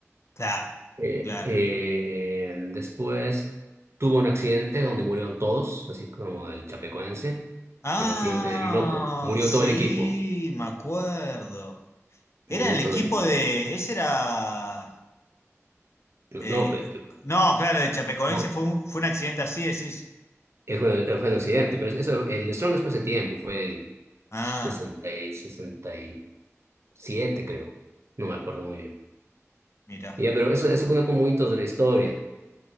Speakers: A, on the left (about 60°); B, on the right (about 55°).
A: Claro,
B: Eh,
A: claro.
B: eh, después tuvo un accidente donde murieron todos, así como el chapecoense.
A: Ah,
B: El accidente de Biloco. Murió
A: sí,
B: todo el equipo.
A: me acuerdo.
B: Murió
A: Era el
B: todo
A: equipo
B: el equipo.
A: de. Ese era.
B: No,
A: eh,
B: no, eh,
A: no, claro, de Chapecoense
B: no,
A: fue un, fue un accidente así, decís.
B: eh, fue, eh, fue un accidente, pero eso, el Strong después de tiempo, fue el
A: Ah,
B: sesenta y sesenta y siete, creo. No me acuerdo muy bien.
A: mira.
B: Ya, pero eso, eso cuenta como hitos de la historia.